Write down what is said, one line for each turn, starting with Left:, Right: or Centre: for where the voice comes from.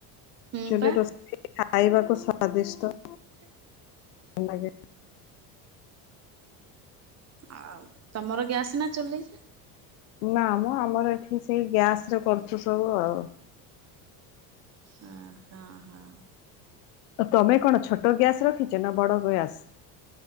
Right: ହୁଁ
Left: ଚୁଲି
Right: ପା
Left: ରୋଷେଇ ଖାଇବାକୁ ସ୍ଵାଦିଷ୍ଟ।
Right: ଆଛା।
Left: ଲାଗେ।
Right: ଆଉ ତମର ଗ୍ୟାସ ନା ଚୁଲି?
Left: ନା ମ ଆମର ଏଠି ସେଇ ଗ୍ୟାସ ରେ କରୁଛୁ ସବୁ ଆଉ।
Right: ହଁ ହଁ ହଁ।
Left: ଆ ତମେ କଣ ଛୋଟ ଗ୍ୟାସ ରଖିଛ ନା ବଡ ଗ୍ୟାସ?